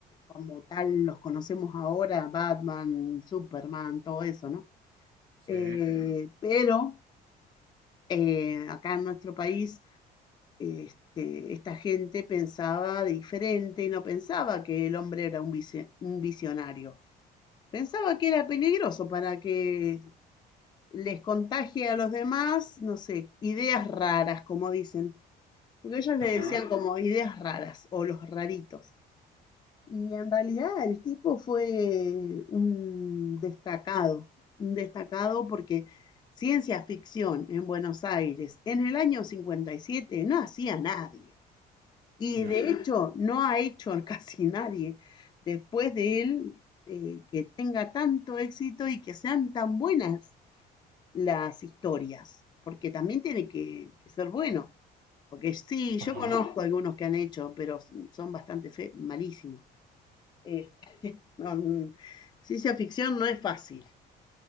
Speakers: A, on the left; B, on the right.
A: como tal, los conocemos ahora, Batman, Superman, todo eso, ¿no?
B: Sí,
A: Eh, pero eh, acá en nuestro país este, esta gente pensaba diferente y no pensaba que el hombre era un, vice- un visionario. Pensaba que era peligroso para que les contagie a los demás, no sé, ideas raras, como dicen. Porque ellos le
B: ajá,
A: decían como ideas raras o los raritos. Y en realidad el tipo fue un destacado, un destacado porque ciencia ficción en Buenos Aires en el año 57 no hacía nadie. Y
B: no,
A: de hecho no ha hecho <laughs> casi nadie después de él eh, que tenga tanto éxito y que sean tan buenas las historias, porque también tiene que, que ser bueno. Porque sí,
B: ajá,
A: yo conozco algunos que han hecho, pero son bastante fe- malísimos. Este, <laughs> no, mm, ciencia ficción no es fácil,